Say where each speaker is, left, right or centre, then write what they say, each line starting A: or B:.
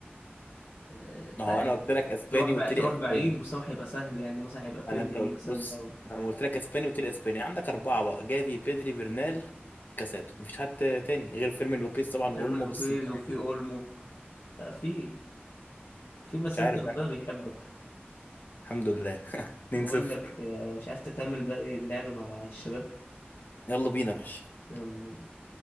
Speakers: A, on the left (about 85°); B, on the left (about 50°).
A: آه،
B: ما
A: تع-
B: هو انا قلت لك اسباني
A: تروح بقى
B: وقلت
A: تروح
B: لي اسباني
A: بعيد بس هو هيبقى سهل يعني مثلا هيبقى
B: انا
A: بيدري
B: انت قلت
A: مثلا
B: بص
A: او
B: أنا لما قلت لك اسباني قلت لي اسباني عندك اربعه بقى جافي بيدري برنال كاسادو مفيش حد تاني غير فيرمين لوبيز طبعا
A: فيرمين
B: واولمو
A: لوبيز
B: بس انت
A: وفي
B: يعني
A: اولمو لا في في بس
B: مش عارف
A: انت ربنا بيحبك
B: الحمد لله <laughs> 2-0
A: بقول لك آه، مش عايز تكمل باقي اللعب مع الشباب
B: يلا بينا يا باشا
A: يلا بينا